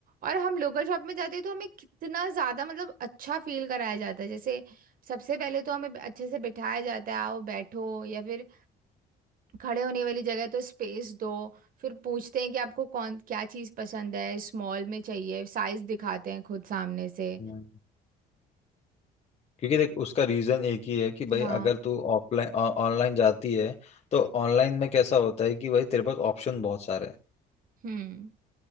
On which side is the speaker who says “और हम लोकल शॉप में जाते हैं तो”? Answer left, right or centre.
Right